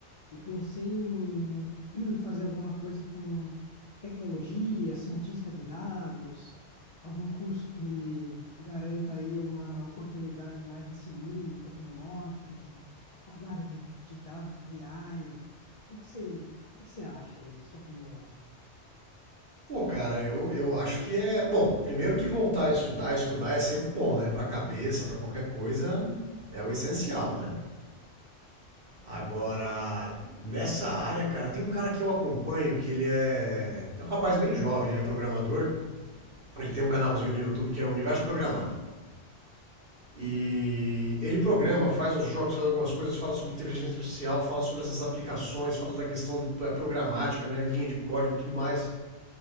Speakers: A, on the left (about 45°); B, on the right (about 55°).
A: Eu pensei em <clears throat> fazer alguma coisa com tecnologia, cientista de dados, algum curso que me garanta aí uma oportunidade mais nesse mundo tecnológico de análise de dados, BI. O que que você, o que que você acha aí, sua opinião?
B: Pô, cara, eu, eu acho que é. Bom, primeiro que voltar a estudar, estudar é sempre bom, né? Pra cabeça, pra qualquer coisa, é o essencial, né? Agora, nessa área, cara, tem um cara que eu acompanho que ele é. É um rapaz bem jovem, né? Programador. Ele tem um canalzinho no YouTube que é Universo Programado. E ele programa, faz uns jogos, faz algumas coisas, fala sobre inteligência artificial, fala sobre essas aplicações, fala da questão de, eh, programática, né? Linha de código e tudo mais.